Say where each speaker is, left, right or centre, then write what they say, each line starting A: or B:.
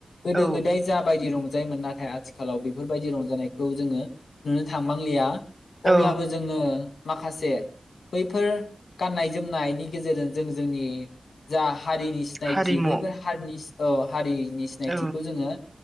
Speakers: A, on the left (about 80°); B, on the right (about 15°).
A: गोदो
B: औ
A: गोदाय जाबायदि रंजायोमोन नाथाय आथिखालाव बेफोरबायदि रंजानायखौ खौ जोङो नुनो थांनांलिया
B: औ
A: अब्लाबो जोङो माखासे बैफोर गाननाय जोमनायनि गेजेरजों जों जोंनि जा हारिनि सिनायथि
B: हारिमु
A: बैफोर हारिनि औ हारिनि सिनायथिखौ
B: औ
A: जोङो